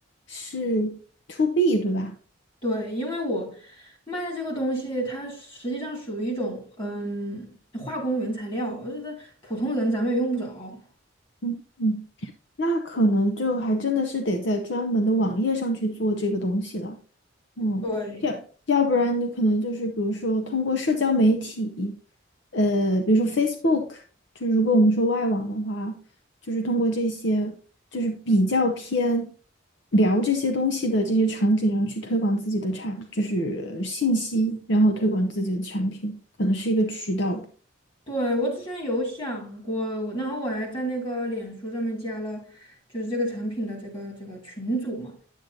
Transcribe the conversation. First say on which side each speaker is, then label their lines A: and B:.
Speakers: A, on the left; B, on the left.
A: 是 to B，对吧？
B: 对，因为我卖的这个东西，它实际上属于一种嗯化工原材料，我觉得普通人咱们也用不着。
A: 嗯嗯，那可能就还真的是得在专门的网页上去做这个东西了。嗯，
B: 对，
A: 要要不然你可能就是比如说通过社交媒体，呃，比如说 Facebook，就是如果我们说外网的话，就是通过这些就是比较偏聊这些东西的这些场景，然后去推广自己的产，就是信息，然后推广自己的产品，可能是一个渠道吧。
B: 对，我之前有想过，我然后我还在那个脸书上面加了，就是这个产品的这个这个群组嘛。